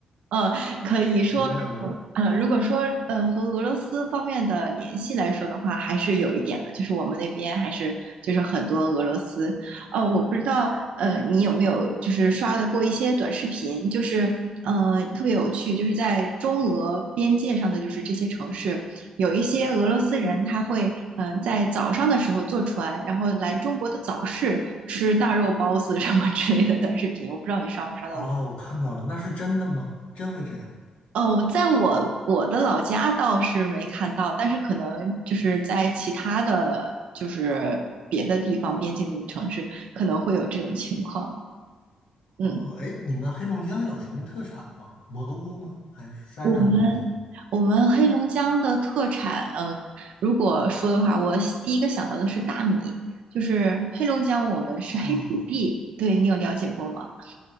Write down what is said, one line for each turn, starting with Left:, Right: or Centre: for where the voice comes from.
Right: 呃，可以说，
Left: 很多外国人。
Right: 如果呃，如果说呃和俄罗斯方面的联系来说的话，还是有一点的，就是我们那边还是就是很多俄罗斯。呃，我不知道呃你有没有就是刷的过一些短视频，就是呃特别有趣，就是在中俄边界上的就是这些城市，有一些俄罗斯人他会嗯、呃在早上的时候坐船，然后来中国的早市吃大肉包子什么之类的短视频，我不知道你刷没刷到
Left: 哦，我看到了，那是真的吗？真会这样？
Right: 哦，在我我的老家倒是没看到，但是可能就是在其他的就是别的地方边境城市可能会有这种情况。嗯，
Left: 哦，哎，你们黑龙江有什么特产吗？蘑菇吗？还是山上的东西？
Right: 我们我们黑龙江的特产，呃，如果说的话，我第一个想到的是大米，就是黑龙江我们是黑土地，
Left: 哦，
Right: 对你有了解过吗？